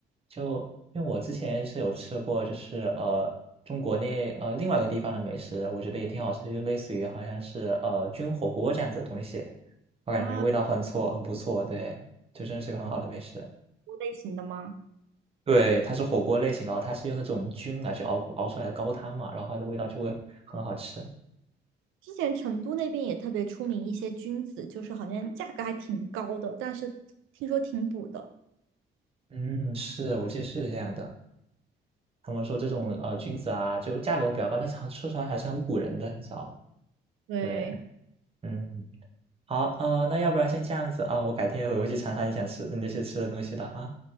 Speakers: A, on the right (about 30°); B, on the right (about 85°).
A: 就因为我之前是有吃过，就是呃，中国内呃另外一个地方的美食，我觉得也挺好吃，就类似于好像是呃菌火锅这样子的东西，我感觉味道很错，
B: 啊，
A: 很不错，对，就真是个很好的美食。
B: 类型的吗？
A: 对，它是火锅类型，然后它是用那种菌来去熬熬出来的高汤嘛，然后它的味道就会很好吃。
B: 之前成都那边也特别出名一些菌子，就是好像价格还挺高的，但是听说挺补的。
A: 嗯，是，我记得是这样的。他们说这种，呃，菌子啊，就价格会比较高，但是很说实话还是很唬人的，你知道吧？
B: 对，
A: 对，嗯，好，呃，那要不然先这样子啊，我改天回会去尝尝你想吃你那些吃的东西的哈，